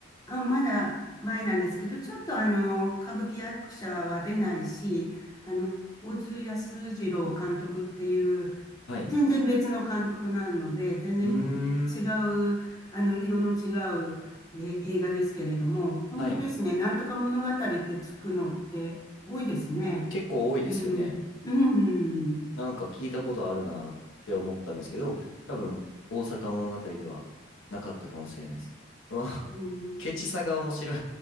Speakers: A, on the left; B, on the left.
A: あ、まだ前なんですけど、ちょっとあの、歌舞伎役者は出ないし、あの、小津安二郎監督っていう、
B: はい。
A: 全然別の監督なので、全然違う、
B: うーん。
A: あの、色の違うえ映画ですけれども、本当ですね、
B: はい。
A: なんとか物語ってつくのって多いですね。
B: 結構多いですよね。
A: うん、うん、
B: なんか聞いたことあるなって思ったんですけど、多分、大阪物語ではなかったかもしれないです。その
A: うん。
B: <laughs> ケチさが面白